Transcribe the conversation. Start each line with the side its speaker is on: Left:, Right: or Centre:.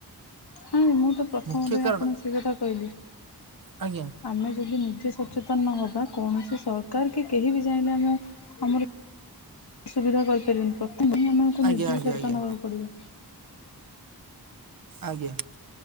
Left: ହଁ। ମୁଁ ତ ପ୍ରଥମ
Right: ମୁଖ୍ୟ
Left: ଦିନ
Right: କାରଣ
Left: ଆପଣଙ୍କୁ ସେ କଥା କହିଲି
Right: ଆଜ୍ଞା
Left: ଆମେ ଯଦି ନୁ କି ସଚେତନ ନ ହେବା। କୌଣସି ସରକାର କି କେହି ବି ଚାହିଁଲେ ଆମକୁ ଆମର ସୁବିଧା କରିପାରିବେନି। ସେ ଆମଙ୍କୁ
Right: ଆଜ୍ଞା
Left: <unintelligible> ନିଜକୁ
Right: ଆଜ୍ଞା
Left: ସଚେତନ
Right: ଆଜ୍ଞା।
Left: ନେବାକୁ ପଡିବ।
Right: ଆଜ୍ଞା।